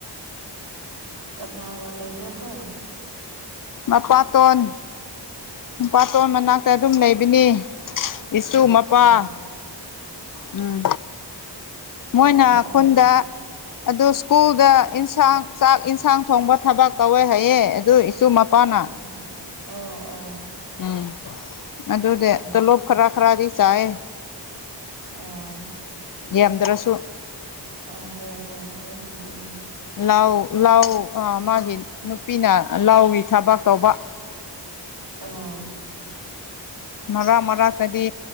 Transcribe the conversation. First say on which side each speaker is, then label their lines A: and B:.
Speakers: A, on the right; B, on the left.
A: ꯀꯅꯥꯒ ꯂꯩꯕ꯭ꯔꯣ ꯀꯣ
B: ꯃꯄꯥꯇꯣꯟ ꯃꯄꯥꯇꯣꯟ ꯃꯅꯥꯛꯇ ꯑꯗꯨꯝ ꯂꯩꯕꯅꯤ ꯏꯁꯨ ꯃꯄꯥ
A: ꯑꯥ
B: ꯎꯝ ꯃꯣꯏꯅ
A: ꯑꯣ
B: ꯈꯨꯟꯗ
A: ꯑꯣ
B: ꯑꯗꯨ ꯁ꯭ꯀꯨꯜꯗ ꯏꯟꯁꯥꯡ ꯆꯥꯛ ꯏꯟꯁꯥꯡ ꯊꯣꯡꯕ ꯊꯕꯛ ꯇꯧꯋꯦ ꯍꯥꯏꯌꯦ ꯑꯗꯨ ꯏꯆꯨ ꯃꯄꯥꯅ
A: ꯎꯝ ꯑꯣ ꯑꯣ
B: ꯎꯝ ꯑꯗꯨꯗꯤ
A: ꯑꯆꯥ
B: ꯇꯣꯂꯣꯞ ꯈꯔꯥ ꯈꯔꯥꯗꯤ ꯆꯥꯏꯌꯦ
A: ꯑꯣ
B: ꯌꯥꯝꯗ꯭ꯔꯥꯁꯨ
A: ꯑꯥ ꯍꯣꯏ ꯍꯣꯏ ꯐꯩꯅꯦ ꯑꯗꯨꯗꯤ
B: ꯂꯥꯎ ꯂꯥꯎ ꯑꯥ ꯃꯥꯒꯤ ꯅꯨꯄꯤꯅ ꯂꯥꯎꯒꯤ ꯊꯕꯛ ꯇꯧꯕ
A: ꯑꯣ
B: ꯃꯔꯛ ꯃꯔꯛꯇꯗꯤ